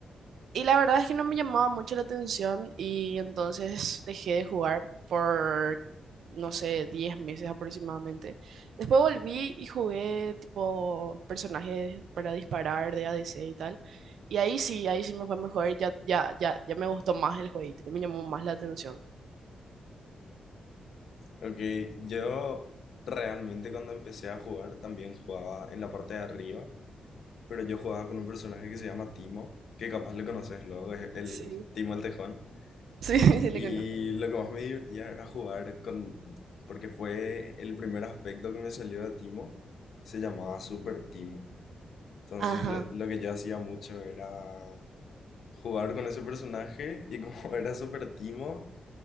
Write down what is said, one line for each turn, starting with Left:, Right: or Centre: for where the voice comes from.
Right: Y la verdad es que no me llamaba mucho la atención y entonces dejé de jugar por, no sé, 10 meses aproximadamente. Después volví y jugué tipo personajes para disparar de A D C y tal. Y ahí sí, ahí sí me fue mejor, ya, ya, ya, ya me gustó más el jueguito, ya me llamó más la atención.
Left: Ok, yo realmente cuando empecé a jugar también jugaba en la parte de arriba, pero yo jugaba con un personaje que se llama Timo, que capaz le conoces luego, es el
Right: Sí.
Left: Timo
Right: <laughs>
Left: el Tejón.
Right: Sí, sí le
Left: Y
Right: conozco.
Left: lo que más me divertía era jugar con, porque fue el primer aspecto que me salió de Timo, se llamaba Super Timo. Entonces
Right: Ajá.
Left: lo que yo hacía mucho era jugar con ese personaje y como <laughs> era Super Timo,